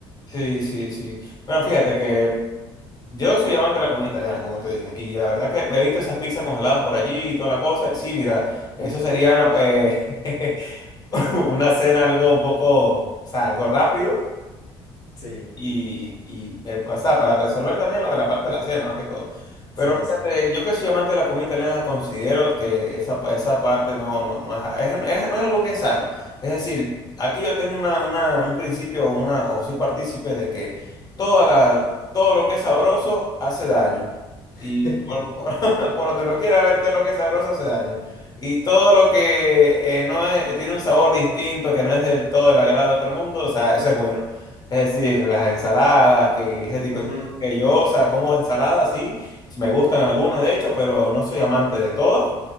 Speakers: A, on the left; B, on the left.
A: Sí, sí, sí. Bueno, fíjate que Yo soy amante de la comida italiana, como te dije, y la verdad que he visto esas pizzas congeladas por allí y toda la cosa. y sí, mira, eso sería una, pe- <laughs> una cena algo un poco, o sea, algo rápido
B: Sí,
A: y, y eh, pa- o sea, para resolver también lo de la parte de la cena, más que todo. Pero
B: sí,
A: fíjate,
B: sí.
A: yo que soy amante de la comida italiana, considero que esa, pa- esa parte no, no, no, es, es- es- no es algo que es sano. Es decir, aquí yo tengo una, una, un principio o, una, o soy partícipe de que toda la, todo lo que es sabroso hace daño.
B: <laughs>
A: Y por, por, <laughs> por donde lo quiera ver, todo lo que es sabroso hace daño. Y todo lo que eh, no es- tiene un sabor distinto, que no es del todo el agrado de otro mundo, o sea, eso es bueno. Es decir, las ensaladas, que ese tipo
B: Ujú,
A: de cosas que yo, o sea, como ensaladas, sí, sí me gustan algunas de hecho, pero no soy amante de todas.